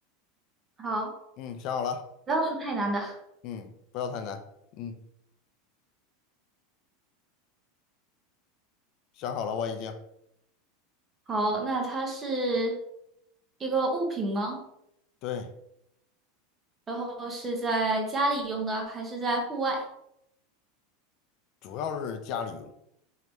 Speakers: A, on the right; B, on the left.
A: 好，
B: 嗯，想好了。
A: 不要出太难的。
B: 嗯，不要太难。嗯，想好了，我已经。
A: 好，那它是一个物品吗？
B: 对，
A: 然后是在家里用的，还是在户外？
B: 主要是家里用，